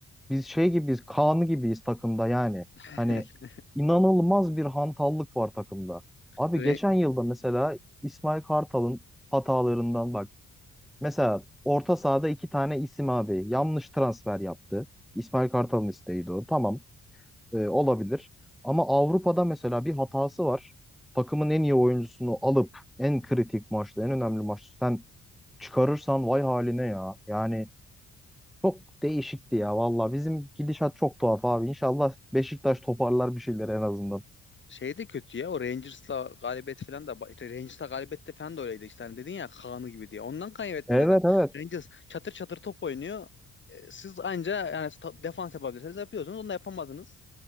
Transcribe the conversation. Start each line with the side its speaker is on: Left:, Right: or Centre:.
Centre: biz şey gibiyiz, Kaan gibiyiz takımda yani.
Left: <laughs>
Centre: Hani inanılmaz bir hantallık var takımda. Abi
Left: Re-
Centre: geçen yılda mesela İsmail Kartal'ın hatalarından bak Mesela orta sahada iki tane isim abi yanlış transfer yaptı. İsmail Kartal'ın isteğiydi o. Tamam e, olabilir. Ama Avrupa'da mesela bir hatası var. Takımın en iyi oyuncusunu alıp en kritik maçta, en önemli maçta sen çıkarırsan vay haline ya. Yani çok değişikti ya valla. Bizim gidişat çok tuhaf abi. İnşallah Beşiktaş toparlar bir şeyler en azından.
Left: Şey de kötü ya o Rangers'la galibiyet falan da işte Rangers'la galibiyet de falan da öyleydi işte hani dedin ya Kaan'ı gibi diye. Ondan kaybettin
Centre: Evet
Left: zaten.
Centre: evet.
Left: Rangers çatır çatır top oynuyor. E, Siz anca yani ta- defans yapabilirsiniz yapıyorsunuz. Onu da yapamadınız.